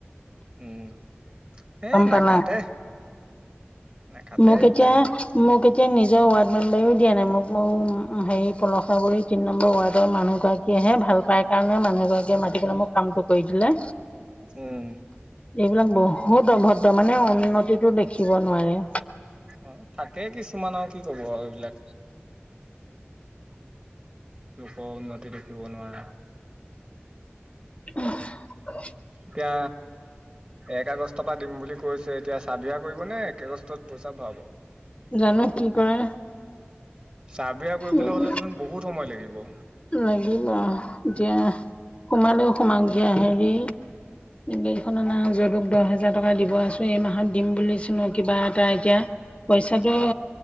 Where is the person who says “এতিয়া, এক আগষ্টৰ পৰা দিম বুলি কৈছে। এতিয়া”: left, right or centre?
Right